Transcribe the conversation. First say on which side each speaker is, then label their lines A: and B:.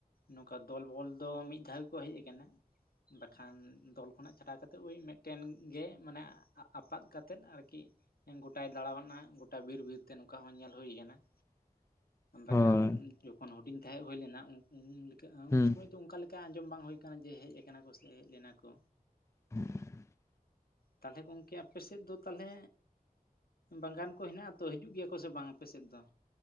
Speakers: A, on the left; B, on the left.
A: ᱱᱚᱝᱠᱟ ᱫᱚᱞ ᱵᱚᱞ ᱫᱚ ᱢᱤᱫ ᱫᱷᱟᱣ ᱜᱮᱠᱚ ᱦᱮᱡ ᱟᱠᱟᱱᱟ᱾ ᱵᱟᱠᱷᱟᱱ ᱫᱚᱞ ᱠᱷᱚᱱᱟᱜ ᱪᱷᱟᱴᱟᱣ ᱠᱟᱛᱮᱫ ᱩᱭ ᱢᱮᱫᱴᱮᱱ ᱜᱮ ᱢᱟᱱᱮ ᱟᱼᱟᱯᱟᱫ ᱠᱟᱛᱮᱫ ᱟᱨᱠᱤ ᱜᱚᱴᱟᱭ ᱫᱟᱲᱱᱟ ᱜᱚᱴᱟ ᱵᱤᱨ ᱵᱤᱨ ᱛᱮ ᱱᱚᱝᱠᱟ ᱦᱚᱸ ᱧᱮᱞ ᱦᱩᱭ ᱟᱠᱟᱱᱟ᱾
B: <inaudible>
A: ᱵᱟᱠᱷᱟᱱ
B: ᱦᱳᱭ
A: ᱡᱚᱠᱷᱚᱱ ᱦᱩᱰᱤᱧ ᱛᱟᱦᱮ ᱦᱩᱭᱞᱮᱱᱟ ᱩᱼᱩᱱ ᱞᱮᱠᱟ
B: ᱦᱩᱸ
A: ᱩᱱ ᱥᱚᱢᱚᱭ ᱫᱚ ᱚᱱᱠᱟ ᱞᱮᱠᱟ ᱟᱸᱡᱚᱢ ᱵᱟᱝ ᱦᱳᱭ ᱠᱟᱱᱟ ᱡᱮ ᱦᱮᱡ ᱟᱠᱟᱱᱟ ᱠᱚ ᱥᱮ ᱦᱮᱡ ᱞᱮᱱᱟ ᱠᱚ᱾
B: <inaudible>
A: ᱛᱟᱦᱞᱮ ᱜᱚᱝᱠᱮ ᱟᱯᱮ ᱥᱮᱫ ᱫᱚ ᱛᱟᱦᱞᱮ ᱵᱟᱜᱟᱱ ᱠᱚ ᱦᱮᱱᱟᱜᱼᱟ ᱛᱚ ᱦᱤᱡᱩᱜ ᱜᱮᱭᱟ ᱠᱚ ᱥᱮ ᱵᱟᱝ ᱟᱯᱮᱥᱮᱫ ᱫᱚ?